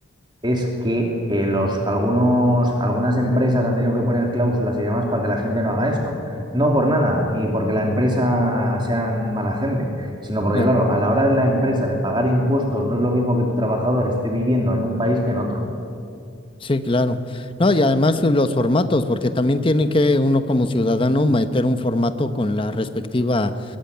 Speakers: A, on the right; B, on the left.
A: es que eh, los, algunos, algunas empresas han tenido que poner cláusulas y demás para que la gente no haga eso. No por nada, ni porque la empresa sean mala gente, sino porque,
B: Claro.
A: claro, a la hora de la empresa de pagar impuestos no es lo mismo que tu trabajador esté viviendo en un país que en otro.
B: Sí, claro. No, y además los formatos, porque también tienen que uno como ciudadano meter un formato con la respectiva,